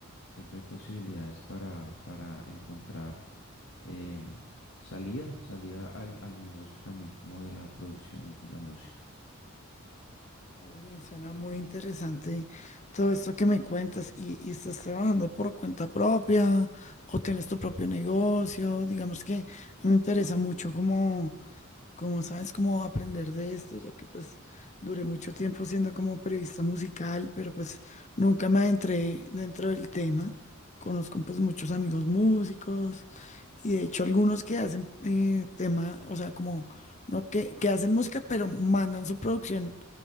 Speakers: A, on the left (about 70°); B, on the left (about 35°).
A: siempre hay posibilidades para, para encontrar eh, salida, salida al, al negocio también como de la producción y la música.
B: Oye, suena muy interesante todo esto que me cuentas. ¿Y, y estás trabajando por cuenta propia o tienes tu propio negocio? Digamos que me interesa mucho como como sabes, cómo aprender de esto, ya que pues duré mucho tiempo siendo como periodista musical, pero pues nunca me adentré dentro del tema. Conozco pues muchos amigos músicos y de hecho algunos que hacen eh, tema, o sea, como no que, que hacen música, pero mandan su producción